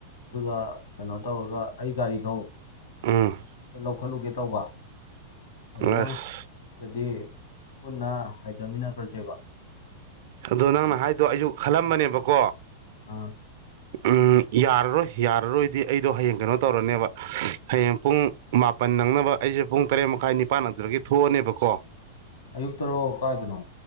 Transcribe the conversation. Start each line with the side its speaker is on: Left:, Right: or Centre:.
Left: ꯑꯗꯨꯒ ꯀꯩꯅꯣ ꯇꯧꯔꯒ ꯑꯩ ꯒꯥꯔꯤꯗꯣ
Right: ꯎꯝ
Left: ꯂꯧꯈꯠꯂꯨꯒꯦ ꯇꯧꯕ ꯑꯗꯣ
Right: ꯑꯁ
Left: ꯅꯪ ꯑꯗꯨꯗꯤ ꯄꯨꯟꯅ ꯍꯥꯏꯊꯃꯤꯟꯅꯈ꯭ꯔꯁꯦꯕ
Right: ꯑꯗ ꯅꯪꯅ ꯍꯥꯏꯗꯣ ꯑꯩꯁꯨ ꯈꯜꯂꯝꯕꯅꯦꯕꯀꯣ
Left: ꯑꯥ
Right: ꯎꯝ ꯌꯥꯔꯔꯣꯏ ꯌꯥꯔꯔꯣꯏꯗꯤ ꯑꯩꯗꯣ ꯍꯌꯦꯡ ꯀꯩꯅꯣ ꯇꯧꯔꯅꯦꯕ ꯍꯌꯦꯡ ꯄꯨꯡ ꯃꯥꯄꯟ ꯅꯪꯅꯕ ꯑꯩꯁꯦ ꯄꯨꯡ ꯇꯔꯦꯠ ꯃꯈꯥꯏ ꯅꯤꯄꯥꯟꯛꯇꯗꯒꯤ ꯊꯣꯛꯑꯅꯦꯕꯀꯣ
Left: ꯑꯌꯨꯛꯇꯔꯣ ꯀꯥꯏꯗꯅꯣ